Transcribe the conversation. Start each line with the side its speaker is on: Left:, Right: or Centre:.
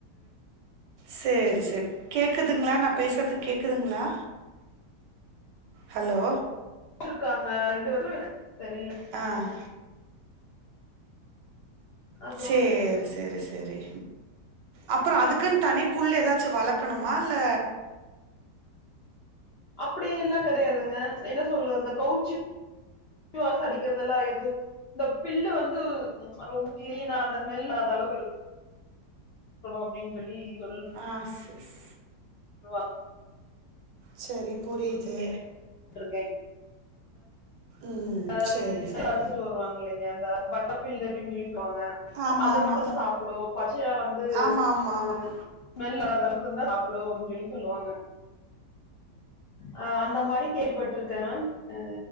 Right: சேரி செரி கேக்குதுங்ளா நா பேசுறது கேக்குதுங்ளா ஹலோ
Left: வெச்சுருக்காங்க ரெண்டு <inaudible> தெரில
Right: அ
Left: அப்புற
Right: சேரி செரி செரி அப்பறோ அதுக்குன்னு தனி புல் எதாச்சு வளக்கணுமா இல்ல
Left: அப்படி எல்லா கெடையாதுங்க என்ன சொல்ல இந்த கவுச்சி வாசோ அடிக்கிறதெல்லா எதுவு இந்த பில்லு வந்து ம் ரொம்ப கிளீனா அந்த ஸ்மெல் வராத அளவுக்கு இரு க்கணு அப்டின் சொல்லி சொல்
Right: ஆ ஸ் ஸ்
Left: ட்ருவா.
Right: செரி புரியுது.
Left: ட்ருக்கே.
Right: ம்
Left: அ
Right: சரி சரி
Left: அறுத்துட்டு வருவாங்கில்லிங்க அந்த <inaudible> பில்லு அப்டின் சொல்லி <inaudible>
Right: ஆமாம்
Left: அது மட்டுந்தா
Right: ஆமாம்
Left: சாப்டு பச்சையா வந்து
Right: ஆமாம் ஆமாம்
Left: அ ஸ்மெல் வராத அளவுக்கு இர்ந்தா சாப்புடு அப்டின் சொல்லி சொல்லுவாங்க. அ அந்த மாரி கேள்விப்பட்டிருக்கே மேம் அ.